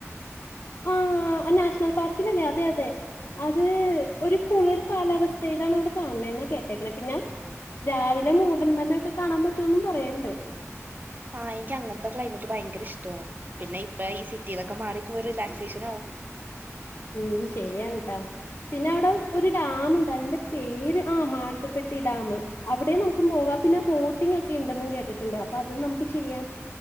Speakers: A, on the left; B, on the right.
A: ആ നാഷണൽ പാർക്കിലല്ലേ അതെ അതെ അത് ഒരു കുളിർ കാലാവസ്ഥയിലാണ് അവിടെ കാണാണെന്നാ കേ ട്ടേക്കണേ പിന്നെ രാവിലെ മൂടൽ മന്നൊക്കെ ഒക്കെ കാണാൻ പറ്റുവെന്നും പറയണ്ട്
B: ആഹ് എനിക്ക് അങ്ങത്തെ ക്ലൈമറ്റ് ഭയങ്കര ഇഷ്ടവാണ് പിന്നെ ഇപ്പ ഈ സിറ്റിന്നൊക്കെ മാറിക്കുരു റീലാക്സിയേഷനാവും.
A: ഉം ശെരിയാണ് ട്ടാ പിന്നെ അവിടെ ഒരു ഡാമുണ്ട് അതിന്റെ പേര് ആ മാട്ടുപ്പെട്ടി ഡാമ് അവിടെം നമ്മുക്ക് പോകാ പിന്നെ ബോട്ടിംഗൊക്കെ ഇണ്ടെന്നും കേട്ടിട്ടുണ്ട് അപ്പൊ അതും നമുക്ക് ചെയ്യാം